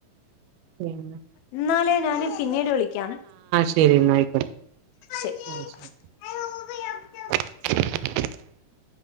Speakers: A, on the right (about 90°); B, on the left (about 85°).
A: പി
B: എന്നല് ഞാന് പിന്നീട് വിളിക്കാം
A: ശരി എന്നാ ആയിക്കോട്ടെ
B: ശരി
A: ആ ശരി
B: അ <unintelligible>
A: <unintelligible>